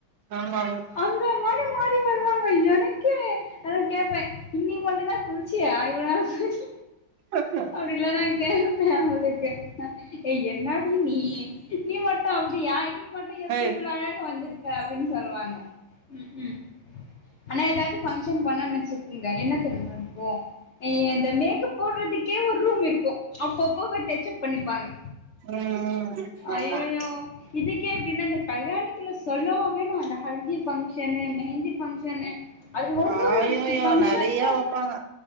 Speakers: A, on the right (about 70°); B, on the left (about 85°).
A: ஆமா ஆமா
B: அந்த மாரி மாறி வருவாங்க எனக்கே அதா கேப்பே இன்னிக்கு மட்டுந்தா குளிச்சியா இவ்ள நாலா குளிக்
A: ம்
B: அப்படின்லா நா கேப்பே அவளுக்கு ஏ என்னாடி நீ நீ மட்டு அப்டியா நீ மட்டு எப்டி
A: ஏய்
B: இவ்ள அழகா வந்திருக்க அப்டின்னு சொல்வாங்க ம் ம் ஆனா எதாவது பங்க்ஷன் போனான் வெச்சுக்கங்க என்ன தெரிமா இருக்கு எ அத மேக்கப் போடுறதுக்கே ஒரு ரூம் இருக்கு அப்பப்ப போ டச் அப் பண்ணிப்பாங்க
A: ம் ஆமா
B: ஐயயோ இதுக்கே இப்டின்னா அந்த கல்யாணத்துல சொல்லவா வேணு அந்த ஹல்தி பங்க்ஷனு மெஹந்தி பங்க்ஷ னு அது ஒரு
A: ஆயோயோ
B: ஒரு பங்ஷனுக்கு
A: நெறைய வப்பாங்க